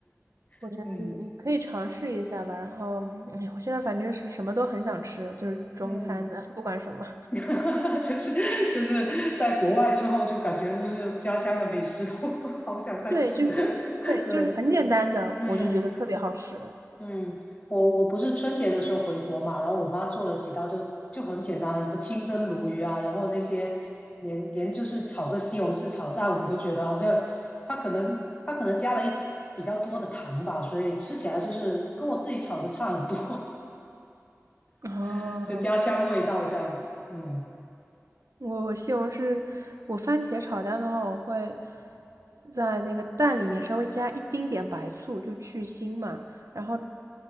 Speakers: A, on the left; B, on the right.
A: <laughs>
B: 我觉得你可以尝试一下吧。
A: 嗯
B: 然后，哎，我现在反正是什么都很想吃，就是中餐的，
A: 嗯。
B: 不管什么。
A: <laughs> 哈哈，就是就是在国外之后，就感觉就是家乡的美食都 <laughs> 好想再吃。
B: 对，就是
A: <laughs>
B: 对，
A: 对，
B: 就是很简单的，
A: 嗯
B: 我就觉得特别好吃。
A: 嗯，我我不是春节的时候回国嘛，然后我妈做了几道就就很简单的，什么清蒸鲈鱼啊，然后那些连连就是炒个西红柿炒蛋，我都觉得好像她可能她可能加了一比较多的糖吧，所以吃起来就是跟我自己炒的差很多，
B: 啊，
A: <laughs> 就家乡味道这样子。嗯，
B: 我我西红柿，我番茄炒蛋的话，我会在那个蛋里面稍微加一丁点白醋，就去腥嘛。然后，